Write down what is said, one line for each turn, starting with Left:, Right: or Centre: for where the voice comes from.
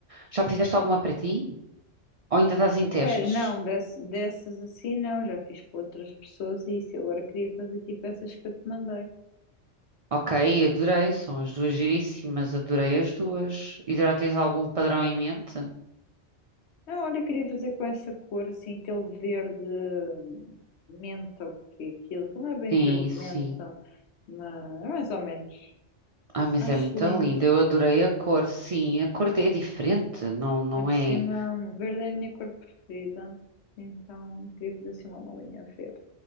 Right: Já fizeste alguma para ti? Ou ainda estás em testes?
Left: Pera, não, desse- dessas assim não. Já fiz com outras pessoas e isso. Eu agora queria fazer tipo essas que eu te mandei.
Right: Ok, adorei. São as duas giríssimas. Adorei as duas. E já tens algum padrão em mente?
Left: Não, olha, eu queria fazer com essa cor, assim, aquele verde hum, menta, ou que é aquilo, que não é bem
Right: Sim,
Left: verde menta,
Right: sim.
Left: mas é mais ou menos.
Right: Ah, mas
Left: Acho
Right: é muito
Left: lindo.
Right: linda. Eu adorei a cor. Sim, a cor é diferente. Não, não
Left: Ainda Por
Right: é.
Left: cima, verde é a minha cor preferida. Então, queria fazer assim uma malinha verde.